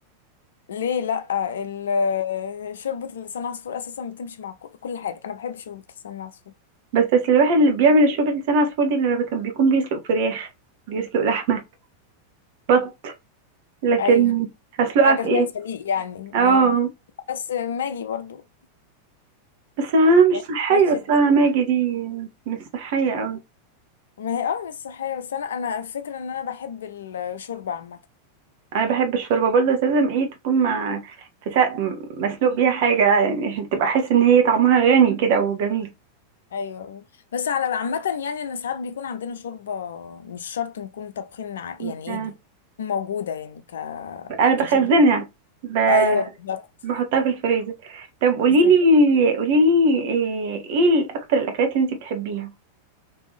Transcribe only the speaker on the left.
ليه لا ال- <laughs> شوربة لسان عصفور اساسا بتمشي مع كل كل حاجة انا بحب شوربة لسان عصفور
ايوه
حاجة
فيها
سليق يعني
اه بس ماجي برضو
يعني
نفس
الدنيا
ما هي اه مش صحية بس انا انا الفكرة ان انا بحب الشوربة عامة
ايوه بس على عامة يعني انا ساعات بيكون عندنا شوربة مش شرط نكون طابخين ع-
يعني ايه تكون موجودة يعني ك
كشوربة
ايوه بالظبط
بالظبط